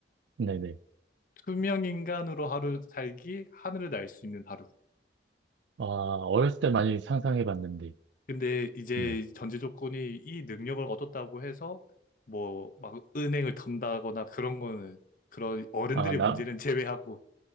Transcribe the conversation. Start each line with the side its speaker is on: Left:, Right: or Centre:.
Right: 네네.
Left: 투명 인간으로 하루 살기, 하늘을 날 수 있는 하루.
Right: 아, 어렸을 때 많이 상상해 봤는데.
Left: 근데 이제
Right: 네.
Left: 전제 조건이 이 능력을 얻었다고 해서 뭐 막 은행을 턴다거나 그런 거는 그런 어른들의
Right: 아, 나,
Left: 문제는 제외하고